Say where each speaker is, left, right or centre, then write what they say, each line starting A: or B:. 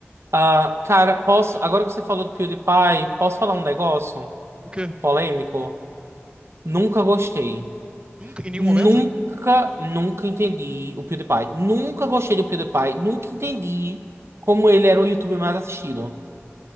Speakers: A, on the right (about 65°); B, on the right (about 20°).
A: Ah, cara, posso. Agora que você falou do PewDiePie, posso falar um negócio
B: O quê?
A: polêmico? Nunca gostei.
B: Nunca, em nenhum
A: Nunca,
B: momento.
A: nunca entendi o PewDiePie. Nunca gostei do PewDiePie. Nunca entendi como ele era o YouTuber mais assistido.